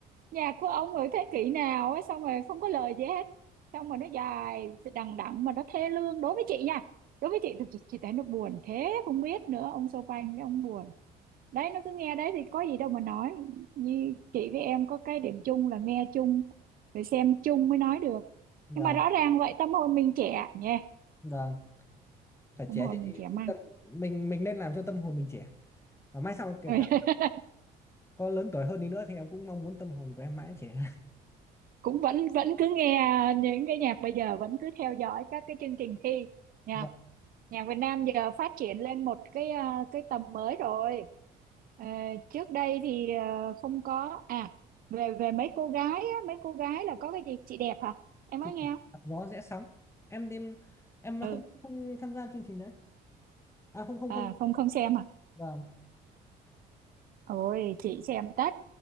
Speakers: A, on the right; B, on the left.
A: nhạc của ông ở thế kỷ nào á xong rồi không có lời gì hết xong rồi nó dài đằng đẵng mà nó thê lương đối với chị nha đối với chị thì chị chị thấy nó buồn thế không biết nữa ông Chopin đấy ông buồn đấy nó cứ nghe đấy thì có gì đâu mà nói như chị với em có cái điểm chung là nghe chung rồi xem chung mới nói được
B: vâng
A: nhưng mà rõ ràng vậy tâm hồn mình trẻ nhỉ
B: vâng phải
A: tâm
B: trẻ
A: hồn
B: chứ
A: mình
B: chị.
A: trẻ măng
B: Tâm- mình mình nên làm cho tâm hồn mình trẻ và mai sau kể
A: Ừ.
B: cả
A: <laughs>
B: có lớn tuổi hơn đi nữa thì em cũng mong muốn tâm hồn của em mãi trẻ
A: cũng vẫn vẫn cứ nghe những cái nhạc bây giờ vẫn cứ theo dõi các cái chương trình thi nha
B: <laughs> vâng
A: nhạc Việt Nam giờ phát triển lên một cái ờ, cái tầm mới rồi Ờ, trước đây thì ờ, không có à về về mấy cô gái á, mấy cô gái là có cái gì chị đẹp hả em
B: chị
A: nói nghe không
B: đạp gió rẽ sóng em em em
A: ừ
B: không không tham gia chương trình đấy à không không
A: à
B: không
A: không không xem hả
B: vâng
A: ôi chị xem tất